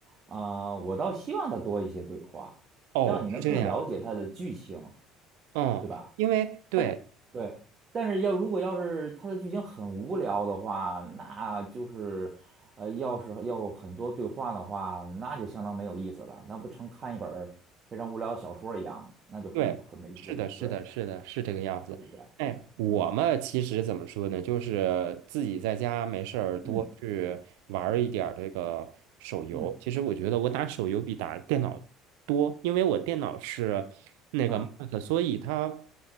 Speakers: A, on the right (about 35°); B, on the right (about 65°).
A: 啊、我倒希望它多一些对话，
B: 哦，
A: 这样你能更了解它的剧情，
B: 是这样。嗯，
A: 对吧？
B: 因为对，
A: 但是对，但是要如果要是它的剧情很无聊的话，那就是呃，要是要很多对话的话，那就相当没有意思了，那不成看一本儿非常无聊的小说一样吗？那就很很没劲了。
B: 对，是的，是的，
A: 对，
B: 是的，是这个样子。
A: 就是这样。
B: 哎，我嘛，
A: 嗯
B: 其实怎么说呢，就是自己在家没事儿多去玩儿一点儿这个手游。
A: 嗯嗯
B: 其实我觉得我打手游比打电脑多，因为我电脑是那个
A: 嗯。
B: Mac，所以它